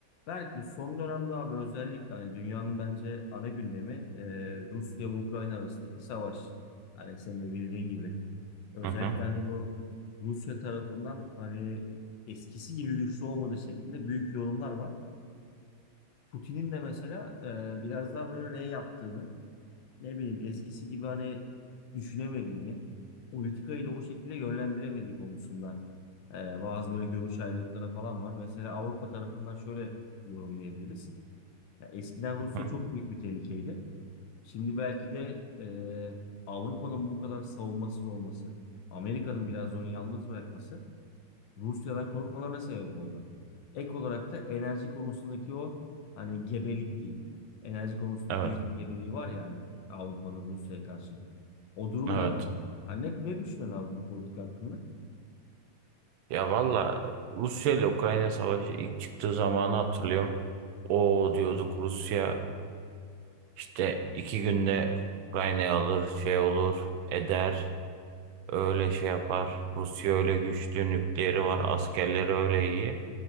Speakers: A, on the left; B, on the right.
A: Berk bu son dönemde abi özellikle hani dünyanın bence ana gündemi e, Rusya ve Ukrayna arasındaki savaş. Hani senin de bildiğin gibi. Özellikle
B: Hı hı, hı
A: hani bu Rusya tarafından hani eskisi gibi güçlü olmadığı şeklinde büyük yorumlar var. Putin'in de mesela e, biraz daha böyle R yaptığını, ne bileyim eskisi gibi hani düşünemediğini, politikayı da o şekilde yönlendiremediği konusunda e, bazı böyle görüş ayrılıkları falan var. Mesela Avrupa tarafından şöyle yorumlayabiliriz. Ya eskiden Rusya
B: hı.
A: çok büyük bir tehlikeydi. Şimdi belki de e, Avrupa'nın bu kadar savunmasız olması, Amerika'nın biraz onu yalnız bırakması Rusya'dan korkmalarına sebep oldu. Ek olarak da enerji konusundaki o hani gebelik diyeyim. Enerji konusunda
B: Evet,
A: büyük bir gebeliği var ya hani Avrupa'nın Rusya'ya karşı. O durum
B: evet.
A: da var. Ha ne, ne düşünüyorsun abi bu politika hakkında?
B: Ya valla Rusya ile Ukrayna savaşı ilk çıktığı zamanı hatırlıyorum. O diyorduk Rusya işte iki günde Ukrayna'yı alır, şey olur, eder, öyle şey yapar. Rusya öyle güçlü, nükleeri var, askerleri öyle iyi.